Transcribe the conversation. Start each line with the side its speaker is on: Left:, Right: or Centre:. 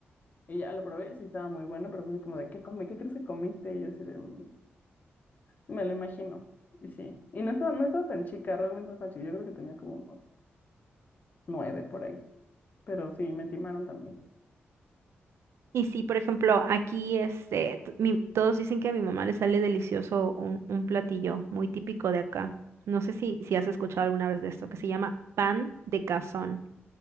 Left: Y ya lo probé, sí estaba muy bueno, pero fue así como de, ¿qué comí? ¿Qué crees que comiste? Y yo así de, "Mm, me lo imagino. Y sí. Y no estaba, no estaba tan chica, realmente no estaba chica. Yo creo que tenía como unos nueve por ahí. Pero sí, me timaron también.
Right: Y sí, por ejemplo, aquí este, t- mi- todos dicen que a mi mamá le sale delicioso un, un platillo muy típico de acá. No sé si, si has escuchado alguna vez de esto, que se llama pan de cazón.